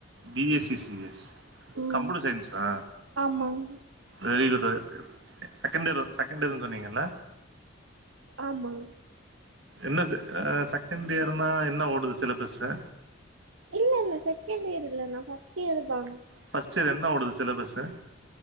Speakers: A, on the right; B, on the right.
A: B S C C S
B: ம்
A: கம்ப்யூட்டர் சயின்ஸா
B: ஆமாங்
A: வெரி குட் வெ செகண்டியர் செகண்டியர்னு சொன்னீங்கல்ல
B: ஆமா
A: என்ன செ செகண்டியர்னா என்ன ஓடுது சிலபஸ்சு
B: இல்லல்ல செகண்ட்டியர் இல்ல நா ஃபஸ்ட் இயர்தா
A: ஃபஸ்ட் இயர் என்ன ஓடுது சிலபஸ்சு